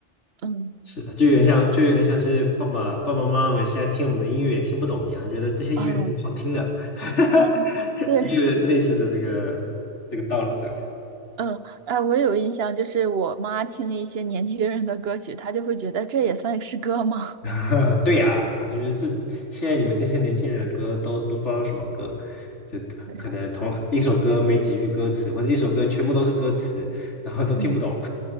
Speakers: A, on the right; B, on the left.
A: 嗯，
B: 是的，就有点像，就有点像是爸爸爸爸妈妈们现在听我们的音乐也听不懂一样，觉得这些音乐怎么好听的，
A: <laughs> 哦
B: <laughs>
A: 哦，对
B: 也有类似的这个这个道理在。
A: 嗯，哎，我有印象，就是我妈听一些年轻人的歌曲，她就会觉得这也算是歌吗？
B: <laughs> 对呀，就是这现在你们这些年轻人的歌都都不知道是什么歌，就可能同一首歌没几句歌词，
A: <laughs> 对，
B: 或者一首歌全部都是歌词，然后都听不懂，
A: 嗯，